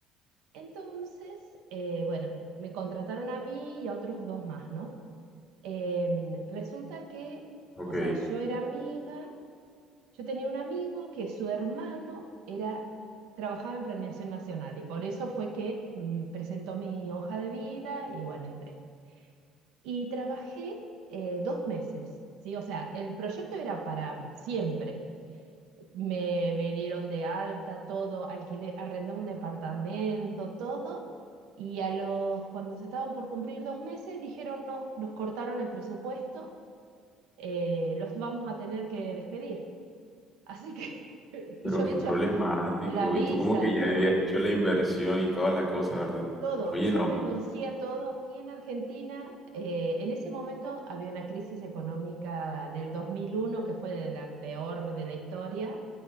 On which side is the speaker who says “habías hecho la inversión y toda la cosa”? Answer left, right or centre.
Centre